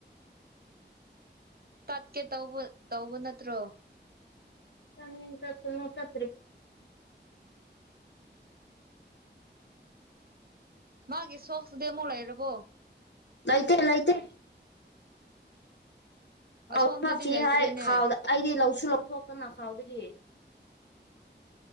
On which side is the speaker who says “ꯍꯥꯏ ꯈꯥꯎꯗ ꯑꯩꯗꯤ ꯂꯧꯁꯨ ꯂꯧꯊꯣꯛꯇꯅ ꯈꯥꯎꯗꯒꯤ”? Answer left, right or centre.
Left